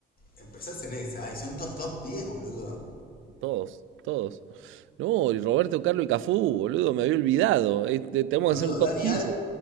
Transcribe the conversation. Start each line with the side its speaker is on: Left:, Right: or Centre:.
Left: Empezás en esa, y son todos top diez boludo.
Right: todos, todos. No, y Roberto Carlos y Cafú, boludo, me había olvidado. Eh, te- tenemos
Left: Boludo,
Right: que hacer un top
Left: Daniel,
Right: quince